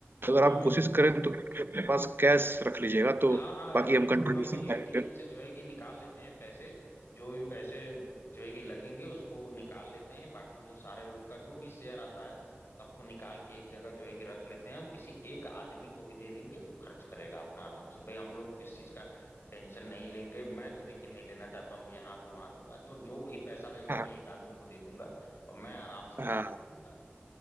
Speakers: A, on the right (about 60°); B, on the left (about 70°).
A: तो अगर
B: हम्म
A: आप
B: हम्म
A: कोशिश करें तो अपने पास कैश रख लीजिएगा
B: हाँ
A: तो
B: हाँ अरे
A: बाकी
B: बिल्कुल
A: हम कंट्रीब्यूशन
B: हम एटीएम
A: करेंगे
B: से जो है कि निकाल लेते हैं पैसे जो भी पैसे जो है कि लगेंगे उसको निकाल लेते हैं बाकी जो सारे लोग का जो भी शेयर आता है सबको निकाल के एक जगह जो है कि रख लेते हैं और किसी एक आदमी को ही दे देंगे वो खर्च करेगा अपना आराम से भाई हम लोग किस चीज का टेंशन नहीं लेंगे मैं तो देखिए नहीं लेना चाहता हूँ कि यहाँ तो वहां तो मैं तो जो भी पैसा लगेगा
A: हाँ
B: मैं एक आदमी को दे दूंगा और मैं आराम से देखिए
A: हाँ
B: घूमूंगा